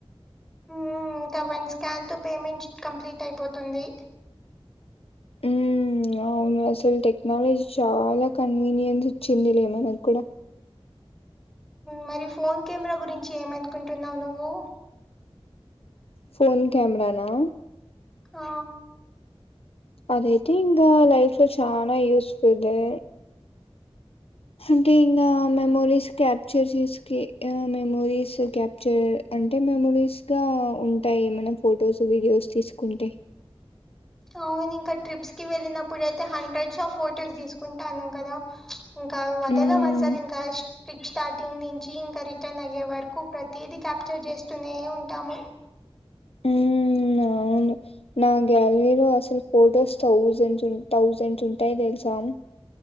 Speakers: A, in the centre; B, on the left.
A: ఉమ్మ్ ఇంకా వన్ స్కాన్ తో పేమెంట్ కంప్లీట్ అయిపోతుంది
B: మ్మ్ అవును అసలు టెక్నాలజీ చాలా కన్వీనియన్స్ ఇచ్చింది లేమనకి కూడా
A: మరి ఫోన్ కెమెరా గురించి ఏమనుకుంటున్నావు నువ్వు
B: ఫోన్ కెమెరా నా
A: అ
B: అదైతే ఇంకా లైఫ్ లో చనా యూస్ఫుల్ దే అంటే ఇంకా మెమోరీస్ క్యాప్చర్ చేస్కి మెమోరీస్ క్యాప్చర్ అంటే మెమోరీస్ గా ఉంటాయి మనం ఫొటోస్ వీడియోస్ తీసుకుంటే
A: అవును ఇంకా ట్రిప్స్ కి వెళ్ళినప్పుడుయితే హండ్రెడ్స్ ఆఫ్ ఫొటోస్ తీసుకుంటానం కదా ఇంకా వదలము
B: మ్మ్
A: అసలు ఇంకా స్ట్రిట్ స్టార్ట్ టింగ్ నుంచి ఇంకా రిటర్న్ అయ్యే వరకు ప్రతిది క్యాప్చర్ చేస్తూనే ఉంటాము
B: ఉమ్మ్ ఆ అవును నా గ్యాలరీలో అసలు ఫొటోస్ థౌజండ్స్ థౌజండ్స్ ఉంటాయి తెలుసా